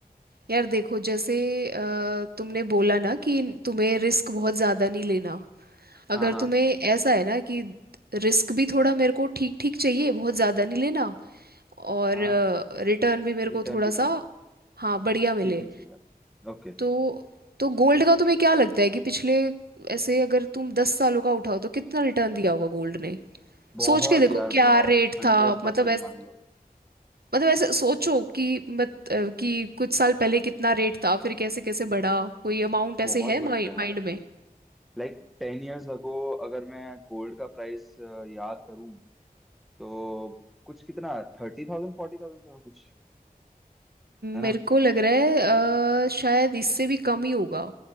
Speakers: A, on the right; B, in the centre.
A: यार देखो जैसे अ, तुमने बोला ना कि तुम्हें रिस्क बहुत ज़्यादा नहीं लेना अगर
B: हाँ हाँ
A: तुम्हें ऐसा है ना कि रिस्क भी थोड़ा मेरे को ठीक ठीक चाहिए बहुत ज़्यादा नहीं लेना और
B: हाँ
A: रिटर्न भी मेरे
B: रिटर्न
A: को थोड़ा
B: भी
A: सा
B: चाहिए
A: हाँ बढ़िया मिले
B: ठीक ठीक चाहिए ओके
A: तो तो गोल्ड का तुम्हें क्या लगता है कि पिछले ऐसे अगर तुम दस सालों का उठाओ तो कितना रिटर्न दिया होगा गोल्ड
B: बहुत
A: सोच के देखो
B: यार
A: क्या
B: बहुत
A: रेट
B: हंड्रेड
A: था
B: परसेंट
A: मतलब ऐस
B: मान लो
A: मतलब ऐसे सोचो कि मत अ, कि कुछ साल पहले कितना रेट था फिर कैसे कैसे बढ़ा कोई अमाउंट ऐसे
B: बहुत
A: है माइ,
B: बढ़िया यार
A: माइंड में
B: लाइक टेन इयर्स अगो अगर मैं गोल्ड का प्राइस याद करूं तो कुछ कितना थर्टी थाउजेंड फोर्टी थाउजेंड था कुछ है ना
A: मेरे को लग रहा है अ, शायद इससे भी कम ही होगा